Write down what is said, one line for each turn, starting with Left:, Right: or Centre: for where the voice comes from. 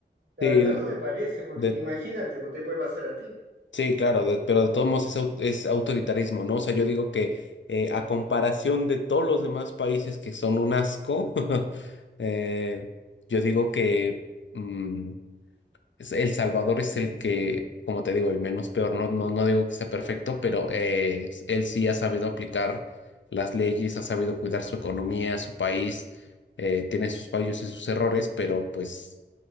Right: la
Left: Sí,
Right: verdad no me parece, porque
Left: de,
Right: imagínate, te puede pasar a ti.
Left: Sí, claro, de- pero de todos modos es, au- es autoritarismo, ¿no? O sea, yo digo que eh, a comparación de todos los demás países que son un asco, <laughs> eh, yo digo que mm, es- El Salvador es el que, como te digo, el menos peor. No, no, no digo que sea perfecto, pero eh, s- él sí ha sabido aplicar las leyes, ha sabido cuidar su economía, su país, eh, tiene sus fallos y sus errores, pero pues...